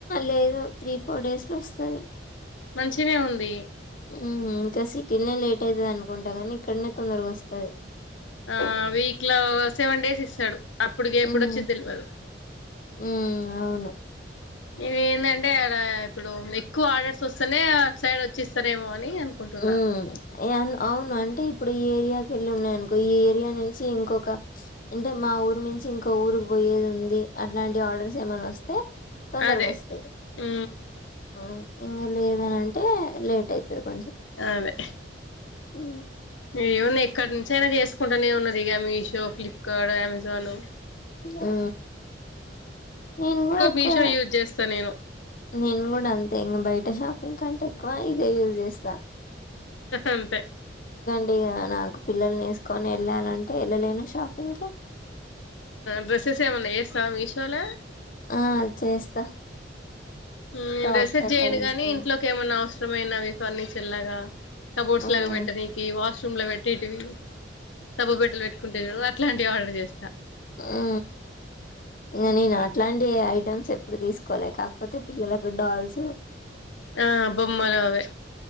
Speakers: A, on the left (about 45°); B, on the left (about 85°).
A: లేదు త్రీ ఫోర్ డేస్ లో వస్తంది
B: మంచినే ఉంది
A: ఉ కసి స్కి వెళ్నే లేట్ అవుతుంది అనుకుంటా కానీ ఇక్కడనే తొందరగా వస్తుంది
B: ఆ వీక్ లో సెవెన్ డేస్ ఇస్తాడు అప్పుటికి ఎప్పుడొచ్చి
A: మ్మ్
B: తెలియదు
A: మ్మ్ అవును
B: ఇది ఏంటంటే అడ ఇప్పుడు ఎక్కువ ఆర్డర్స్ వస్తేనే సైడ్ వచ్చిస్తారు సరేమో అని అనుకుంటున్నా
A: హ్మ్. అవును అంటే ఇప్పుడు ఈ ఏరియాకి వెళ్ళి ఉన్నాయి అనుకో ఈ ఏరియా నుంచి ఇంకొక అంటే మా ఊరు నుంచి ఇంకో ఊరుకి పోయేది ఉంది అట్లాంటి ఆర్డర్స్ ఏమైన్నా వస్తే తొందరగొస్తాయి.
B: అదే ఉ
A: హ్మ్. ఇంగ లేదనింటే లేట్ అయితు కొంచ
B: అదే
A: ఉ
B: ఏమన్నా ఎక్కడి నుంచి అయినా చేసుకుంటానే ఉన్నారు ఇక మీషో ఫ్లిప్కార్ట్ అమెాజా జాలో
A: ఊ నేను గూడా ఎక్కువ
B: మీషో యూజ్ చేస్తా నేను
A: నేను కూడా అంతే ఇంకా బయట షాపింగ్ కంటే క్కువ ఇదే యూజ్ చేస్తా
B: అంతే
A: ఇగ నాకు పిల్లల్ని వేసుకొని వెళ్ళాలంటే వెళ్ళలేను షాపింగ్ కి
B: డ్రెస్సెస్ ఏమన్నా ఏస్తా మీషోల
A: ఆ చేస్తా
B: ఊ నేను
A: టాప్స్
B: రీసెర్చ్
A: అట్లా
B: చేయను
A: తీసుకొని.
B: గాని ఇంట్లోకి ఏమన్నా అవసరమైనవి ఫర్నిచర్ తెల్లాగా కప్బోర్డ్
A: హ్మ్.
B: లగా పెట్టనీకి వాష్ రూమ్ లో పెట్టేటివి సబ్బుబిట్టలు పెట్టుకుంటే చూడు అట్లాంటివి ఆర్డర్ చేస్తా
A: ఉ ఇంగా నేను అట్లాంటి ఏ ఐ మ్స్ ఎప్పుడు తీసుకోవాలి కాకపోతే పిల్లలకు డాల్స్
B: ఆ బొమ్మలో అవి